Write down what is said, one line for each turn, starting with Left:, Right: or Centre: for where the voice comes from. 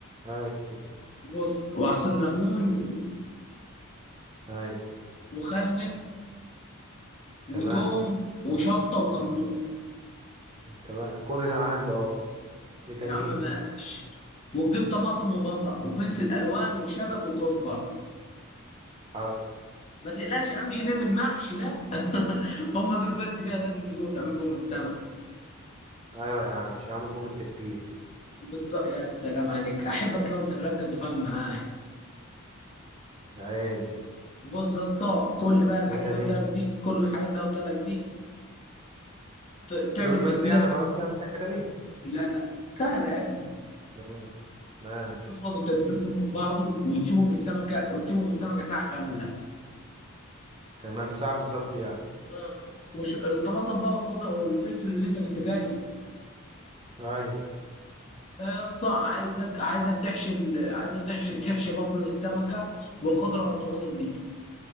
Right: ايوه
Left: بص وعصير ليمون
Right: ايوه
Left: وخل
Right: تمام
Left: وتوم وشطه وكمون
Right: تمام كل ده عنده اهو ايه تاني
Left: يا عم ماشي
Right: ايه
Left: وتجيب طماطم وبصل وفلفل الوان وشبت وكزبره
Right: حصل
Left: ما تقلقش يا عم مش هنعمل محشي لا <laughs> هم دول بس كده لازم تجيبهم تعمل بهم السمك
Right: ايوه يا عم مش هعمل بوم التتبيل
Left: بالظبط يا سلام عليك احبك كده وانت مركز وفاهم معايا
Right: يا عيني
Left: بص يا اسطى كل بقى الحاجات
Right: وايه تاني
Left: اللي قلت
Right: إيه؟
Left: لك دي كل الحاجات اللي قلت لك دي ت- تعمل
Right: دول
Left: التتبيله
Right: بس يعني خلاص كده مفيش حاجه تانية
Left: لا لا سهله يا ابني
Right: تمام ماشي
Left: تصفط التتبيل كله في بعضه وتسيبه في السمكه وتسيبه في السمكه ساعه كامله
Right: تمام ساعه بالظبط يعني
Left: آه. وش الطماطم بقى والخضر والفلفل اللي انت كنت جايبه
Right: ايوه
Left: ده يا اسطى عايزك عايزك تحشي ال- عايزك تحشي تحشي بطن السمكه بالخضره والطماطم دي